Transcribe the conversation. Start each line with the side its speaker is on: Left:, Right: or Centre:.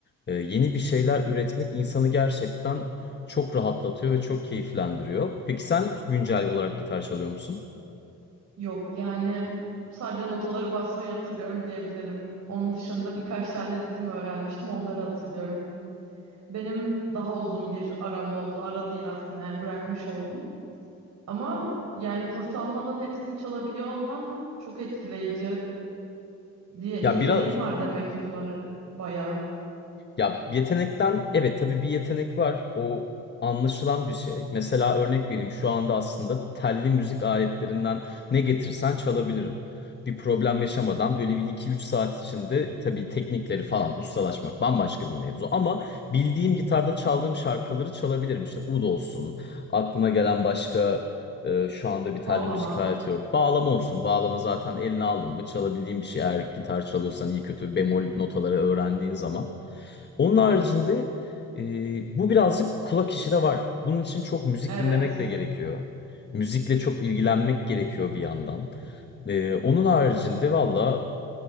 Left: e, yeni bir şeyler üretmek insanı gerçekten çok rahatlatıyor ve çok keyiflendiriyor. Peki sen güncel olarak gitar çalıyor musun?
Right: Yok yani sadece notaları basmayı hatırlıyorum diyebilirim. Onun dışında birkaç tane ritim öğrenmiştim. Onları hatırlıyorum. Benim daha uzun bir aram oldu. Ara değil aslında yani bırakmış oldum. Ama yani kurs almadan hepsini çalabiliyor olman çok etkileyici diye yeteneğin
Left: Ya biraz
Right: var demek ki bunları bayağı
Left: Ya yetenekten evet tabii bir yetenek var. O anlaşılan bir şey. Mesela örnek vereyim şu anda aslında telli müzik aletlerinden ne getirsen çalabilirim. Bir problem yaşamadan böyle bir iki üç saat içinde tabii teknikleri falan ustalaşmak bambaşka bir mevzu. Ama bildiğim gitarda çaldığım şarkıları çalabilirim. İşte ud olsun aklıma gelen başka e, şu anda bir telli
Right: bağlama.
Left: müzik aleti yok. Bağlama olsun bağlama zaten eline aldın mı çalabildiğin bir şey eğer gitar çalıyorsan iyi kötü bemol notaları öğrendiğin zaman. Onun haricinde e, bu birazcık kulak işi de var. Bunun için çok müzik
Right: Evet.
Left: dinlemek de gerekiyor. Müzikle çok ilgilenmek gerekiyor bir yandan. E, onun haricinde valla